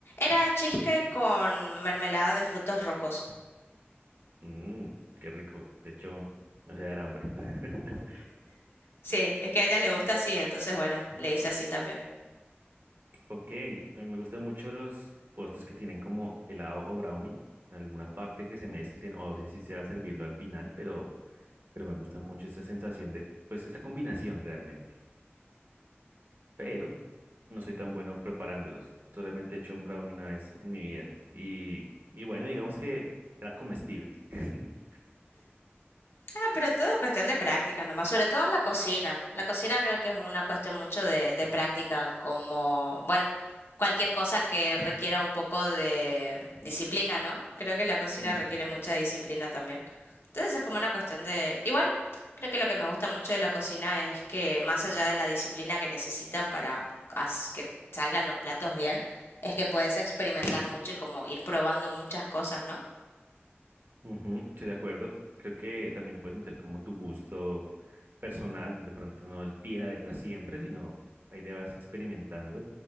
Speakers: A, on the left; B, on the right.
A: Era cheesecake con mermelada de frutos rojos.
B: Mmm, qué rico. De hecho, me hace dar hambre. <laughs>
A: Sí, es que a ella le gusta así, entonces bueno, le hice así también.
B: Ok, a mí me gustan mucho los postres que tienen como helado o brownie. Alguna parte que se mezclen, o sea, si sea servirlo al final, pero, pero me gusta mucho esa sensación de, pues, esa combinación realmente. Pero no soy tan bueno preparándolos. Solamente he hecho un brownie una vez en mi vida. Y, y bueno, digamos que era comestible. <laughs>
A: Ah, pero todo es cuestión de práctica nomás, sobre todo en la cocina. La cocina creo que es una cuestión mucho de, de práctica, como, bueno, cualquier cosa que requiera un poco de disciplina, ¿no? Creo que la cocina
B: Mm.
A: requiere mucha disciplina también. Entonces es como una cuestión de... Igual, creo que lo que me gusta mucho de la cocina es que más allá de la disciplina que necesita para as- que salgan los platos bien, es que puedes experimentar mucho y como ir probando muchas cosas, ¿no?
B: Ujú, estoy de acuerdo. Creo que también le puedes meter como tu gusto personal, de pronto no al pie de la letra siempre, sino ahí le vas experimentando.